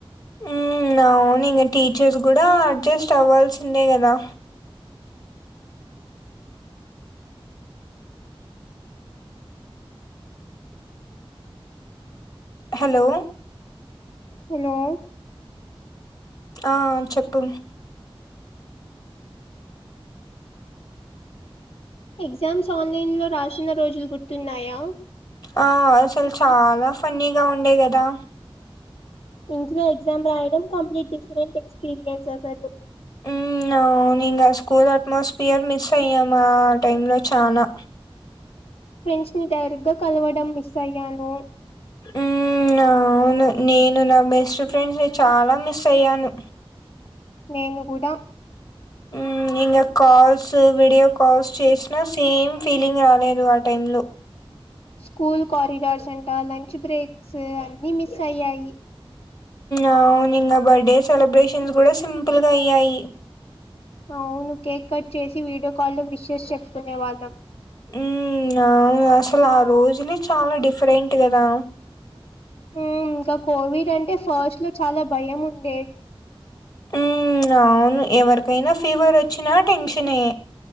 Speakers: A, on the left; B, on the left.
A: ఉమ్ అవును ఇంకా టీచర్స్ కూడా అడ్జస్ట్ అవ్వాల్సిందే గదా హలో
B: హలో
A: ఆ చెప్పు
B: ఎగ్జామ్స్ ఆన్లైన్ లో రాసిన రోజులు గుర్తున్నాయా
A: ఆ అసలు చాలా ఫన్నీగా ఉండే కదా
B: ఇంట్లో ఎగ్జామ్ రాయడం కంప్లీట్ డిఫరెంట్ ఎక్స్పీరియన్స్ అసలు
A: ఉమ్ అవును ఇంగా స్కూల్ అట్మాస్ఫియర్ మిస్ అయ్యాం ఆ టైమ్ లో చానా
B: ఫ్రెండ్స్ ని డైరెక్టుగా కలవడం మిస్ అయ్యాను
A: ఉమ్ అవును నేను నా బెస్ట్ ఫ్రెండ్స్ చాలా మిస్ అయ్యాను
B: నేను కూడా
A: ఉమ్ ఇంగ కాల్స్ వీడియో కాల్స్ చేసినా సేమ్ ఫీలింగ్ రాలేదు ఆ టైమ్ లో
B: స్కూల్ కారిడార్స్ అంట లంచ్ బ్రేక్స్ అన్ని మిస్ అయ్యాయి
A: అవును ఇంగ బర్త్డే సెలబ్రేషన్స్ కూడా సింపుల్గా అయ్యాయి
B: అవును కేక్ కట్ చేసి వీడియో కాల్ లో విషస్ చెప్పుకునే వాళ్ళం
A: ఉమ్ అవును అసలు ఆ రోజులే చాలా డిఫరెంట్ కదా
B: ఉమ్ ఇంకా కోవిడ్ అంటే ఫస్ట్ లో చాలా భయం ఉండే
A: ఉమ్ అవును ఎవరికైనా ఫీవర్ వచ్చినా టెన్షనే